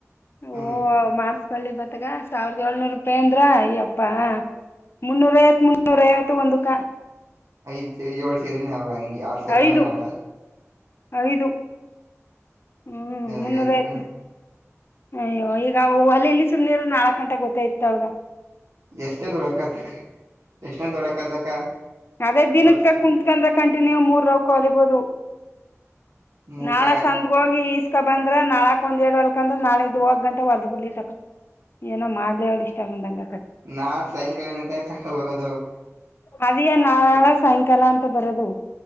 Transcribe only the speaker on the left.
ಓ
ಮಾಡಸ್ಕೊಳ್ಳಿ ಗೊತ್ತಗ. <unintelligible> ಸಾವಿರದ ಏಳ್ನೂರು ರೂಪಾಯಿ ಅಂದ್ರ ಅಯ್ಯಪ್ಪಾ ಮುನ್ನೂರ ಐವತ್ತು ಮುನ್ನೂರ ಐವತ್ತು ಒಂದು ಕಾ <unintelligible>
ಐದು
ಐದು ಹ್ಮ್
ಮುನ್ನೂರ ಆತ್ ಅಯ್ಯೋ ಈಗ ಅಲ್ಲಿ ಇಲ್ಲಿ ಸುಮ್ನೆರು ನಾಲ್ಕಕ್ ಗಂಟೆ ಗೊತ್ತಾಯತ ಅವಳಗ.
ಅವೇ ದಿನಕ್
ತ ಕುಂತ್ಕಂದ್ರ ಕಂಟಿನ್ಯೂ ಮೂರ ರಾವ್ ಕಲಿಬೋದು.
ನಾಳೆ ಸಂದ್ಗ ಹೋಗಿ. ಬಂದ್ರೆ ನಾಳಕಕ್ ಒಂದ ಎರಡ್ ವಲ್ಕಂದ್ರ ನಾಳೆ ದದುುವಾಗ ಗಟೆ ಹೊದ್ ಬಿಡ್ಲಿ ತಕ. ಏನೋ ಮಾಡ್ಲಿ ಅವಳ ಇಷ್ಟ ಅಂದಂಗ.
ಅದೇ ಸಾಯಂಕಾಲ ಅಂತ ಬರೋದು.